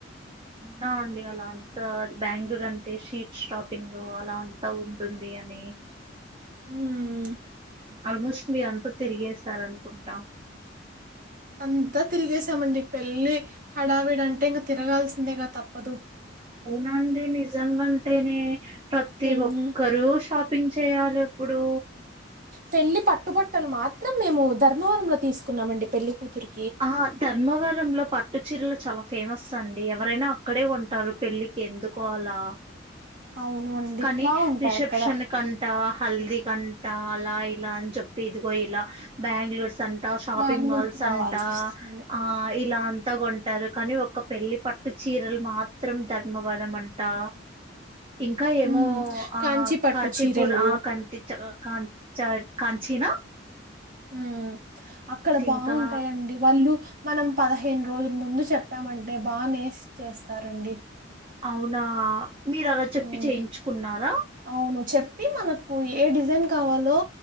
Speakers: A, on the right (about 30°); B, on the right (about 45°).
A: నా అంది అలాత్ బ్యాంగ్ళూరు అంటే షీట్ షాపింగ్ అలా అంతా ఉ టుంది అని
B: హ్మ్.
A: ఆల్మోస్ట్ మీర్ అంతా తిరిగేశార్ అనుకుంటా
B: అంతా తిరిగేశామ అండి పెళ్లిి హడావిడే అంటే ఇంక తిరగాల్సిందేగా తప్పదు
A: అవున అండి నిజంగ అంటేనే ప్రతి
B: మ్మ్
A: ఒక్కరు షాప్ ప్పింగ్ చేయాలి ఎప్పుడు
B: పెళ్లి పట్టుబట్టలు మాత్రం మేము ధర్మవరంలో తీసుకున్నామ అండి పెళ్లి కూతురు
A: ఆహ ధర్మవరంలో పట్టు చీరలు చాలా ఫేమస్ అండి ఎవరైనా అక్కడే కొంటారు పెళ్ళి ఎందుకో అలా
B: అవును అండి
A: కానీ
B: బాగుంటాయి
A: రిసెప్షన్
B: అక్కడ
A: కంటా హల్దీ కంటా అలాయి ఇలా అని చెప్పి ఇదిగో ఇలా బ్యాంగ్ళూర్ సంత్ టా షాపింగ్
B: బెంగళూరుకి
A: మాల్స్
B: రావాల్సి
A: అంటా
B: వస్తుంది
A: ఆ ఈ ఇలా అంతా కొంటారు కానీ ఒక్క పెళ్లిి పట్టు చీరలు మాత్రం ధర్మవరం అంటా ఇంకా ఏమో
B: మ్మ్
A: ఆ
B: కాంచి పట్టు
A: కాచీపూర్
B: చీరలు
A: ఆ కంటి చల్ అ కంచ కంచినా
B: ఉ్మ్ అక్కడ బాగుంటాయండి
A: ఇంకా
B: వాళ్ళు మనం పదిహేను రోజుల ముందు చెప్పామంటే బాగానేసి చేస్తారండి
A: అవునా మీరు అలా చెప్పి
B: మ్మ్
A: చేయించుకున్నారా
B: అవును చెప్పి మనకు ఏ డిజైన్ కావాలో